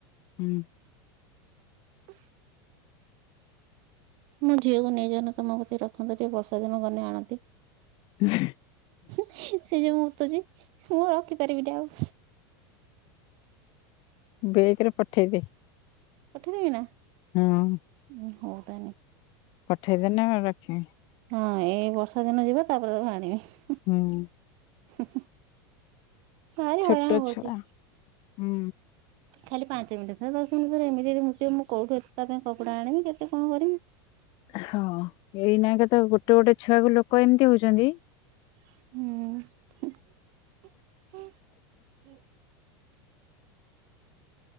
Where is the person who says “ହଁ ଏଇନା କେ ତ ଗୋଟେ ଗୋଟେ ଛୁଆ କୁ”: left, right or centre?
Left